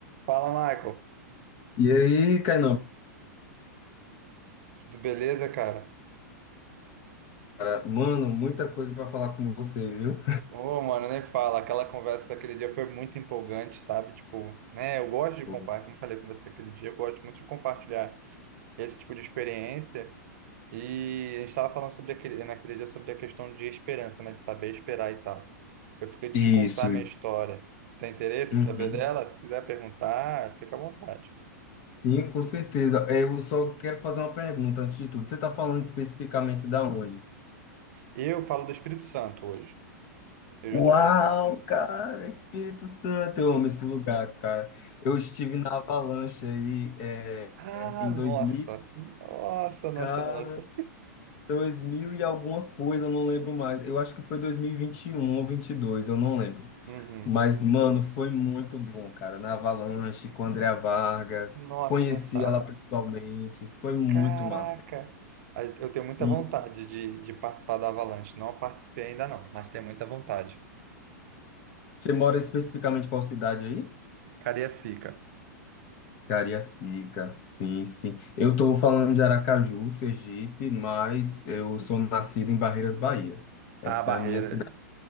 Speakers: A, on the right (about 60°); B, on the left (about 45°).
A: Fala, Michael.
B: E aí, Kainan,
A: Tudo beleza, cara?
B: cara, mano, muita coisa para falar com você, viu?
A: Ô, mano, nem fala. Aquela conversa aquele dia foi muito empolgante, sabe? Tipo, né? Eu gosto de
B: Pô,
A: compartilhar, como eu falei com você aquele dia, eu gosto muito de compartilhar esse tipo de experiência. E a gente estava falando sobre aquele, naquele dia sobre a questão de esperança, né? De saber esperar e tal. Eu fiquei de
B: Isso,
A: te contar a minha
B: isso.
A: história. Tem interesse
B: Uhum.
A: em saber dela? Se quiser perguntar, fica à vontade.
B: Sim, com certeza. Eu só quero fazer uma pergunta antes de tudo. Você está falando especificamente da onde?
A: Eu falo do Espírito Santo hoje. Eu
B: Uau,
A: já estou morando no Espírito...
B: cara, Espírito Santo, eu amo esse lugar, cara. Eu estive na Avalanche aí é,
A: Ah,
B: é, em 2000,
A: nossa! Nossa, nossa,
B: cara,
A: nossa.
B: 2000 e alguma coisa, eu não lembro mais. Eu acho que foi 2021 ou 22, eu não lembro.
A: Uhum.
B: Mas, mano, foi muito bom, cara. Na Avalanche, com a Andrea Vargas,
A: Nossa,
B: conheci
A: nem fala.
B: ela pessoalmente, foi muito
A: Caraca!
B: massa.
A: A- Eu tenho muita
B: Muito.
A: vontade de, de participar da Avalanche. Não participei ainda não, mas tenho muita vontade.
B: Você mora especificamente em qual cidade aí?
A: Cariacica,
B: Cariacica, sim, sim. Eu tô falando de Aracaju, Sergipe, mas eu sou nascido em Barreiras, Bahia. Essa
A: a barreira.
B: é a minha cidade.